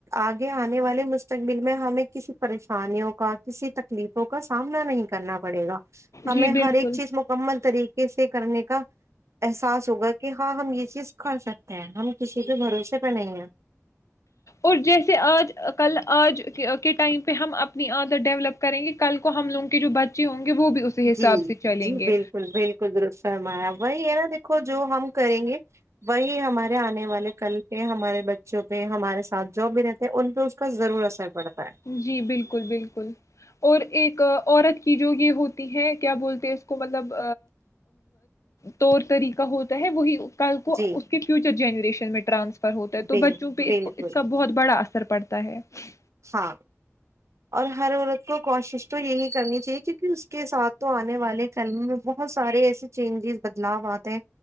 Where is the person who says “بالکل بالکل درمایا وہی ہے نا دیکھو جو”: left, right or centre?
Right